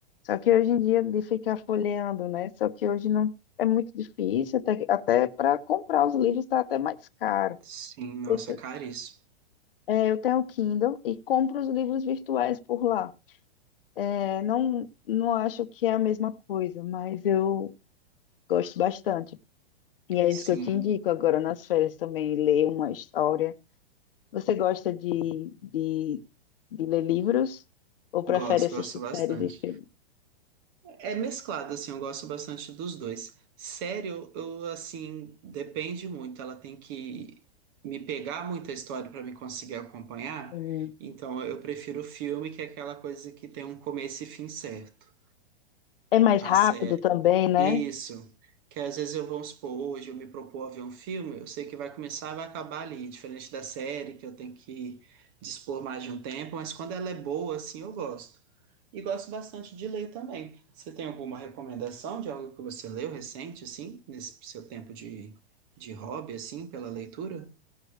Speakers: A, on the left (about 60°); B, on the right (about 20°).
A: Só que hoje em dia de ficar folheando, né? Só que hoje não é muito difícil, até, até para comprar os livros está até mais caro.
B: Sim, nossa,
A: Eu, te-
B: é caríssimo.
A: é, eu tenho o Kindle e compro os livros virtuais por lá. É, não, não acho que é a mesma coisa, mas eu gosto bastante. E é
B: Sim,
A: isso que eu te indico agora nas férias também, ler uma história Você gosta de, de, de ler livros ou prefere
B: gosto,
A: assistir
B: gosto bastante.
A: séries e filmes?
B: É mesclado, assim, eu gosto bastante dos dois. Série, eu, eu, assim, depende muito. Ela tem que me pegar muita história para me conseguir acompanhar.
A: Hum.
B: Então, eu prefiro o filme, que é aquela coisa que tem um começo e fim certo.
A: É mais
B: A
A: rápido também, né?
B: isso. Que às vezes eu vou supor, hoje eu me propor a ver um filme, eu sei que vai começar e vai acabar ali, diferente da série, que eu tenho que dispor mais de um tempo, mas quando ela é boa, assim, eu gosto. E gosto bastante de ler também. Você tem alguma recomendação de algo que você leu recente, assim, nesse seu tempo de, de hobby, assim, pela leitura?